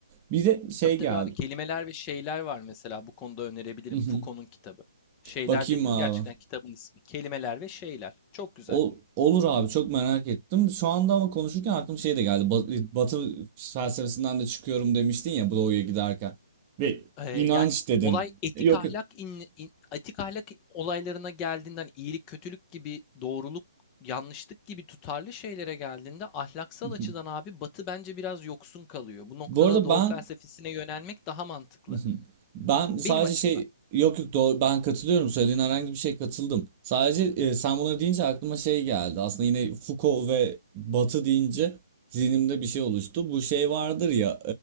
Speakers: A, on the right; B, on the left.
A: Bir de şey
B: Tabii tabii
A: geldi.
B: abi kelimeler ve şeyler var mesela bu konuda önerebilirim
A: <laughs>
B: Foucault'un kitabı. Şeyler
A: Bakayım
B: dediğim
A: abi.
B: gerçekten kitabın ismi. Kelimeler ve şeyler. Çok güzel.
A: Ol- olur abi çok merak ettim. Şu anda ama konuşurken aklıma şey de geldi. Ba- Batı felsefesinden de çıkıyorum demiştin ya Doğu'ya giderken. Ve
B: Eee,
A: inanç
B: yani
A: dedin.
B: olay etik
A: Yok
B: ahlak
A: yok.
B: in in etik ahlak olaylarına geldiğinden iyilik kötülük gibi, doğruluk yanlışlık gibi tutarlı şeylere geldiğinde ahlaksal
A: <laughs>
B: açıdan abi Batı bence biraz yoksun kalıyor. Bu noktada
A: Bu arada
B: Doğu
A: ben
B: felsefesine yönelmek daha mantıklı.
A: Hı hı. Ben sadece
B: Benim açımdan.
A: şey yok yok doğru, ben katılıyorum söylediğin herhangi bir şey katıldım. Sadece e, sen bunları deyince aklıma şey geldi. Aslında yine Foucault ve Batı deyince zihnimde bir şey oluştu. Bu şey vardır ya